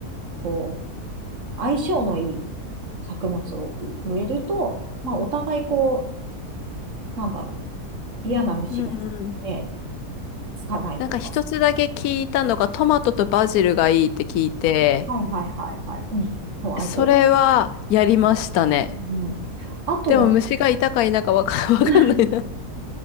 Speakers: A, on the right; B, on the left.
A: こう、相性のいい作物を植えると、まあ、お互いこう、なんだろう、嫌な虫がね、
B: うんうん。
A: つかないとか。
B: なんか一つだけ聞いたのが、トマトとバジルがいいって聞いて、
A: はいはいはいはい。うん。そう、相性がいい。
B: それはやりましたね。
A: うんうん。あとは、
B: でも虫がいたかいなかわか、<laughs> わかんないな。
A: <laughs>